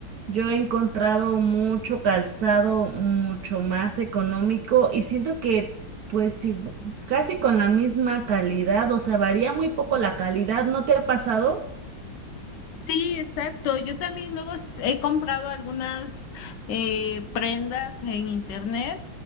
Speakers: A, on the right; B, on the left.
A: yo he encontrado mucho calzado mucho más económico y siento que pues sí, bu- casi con la misma calidad, o sea, varía muy poco la calidad. ¿No te ha pasado?
B: Sí, exacto. Yo también luego s- he comprado algunas eh, prendas en internet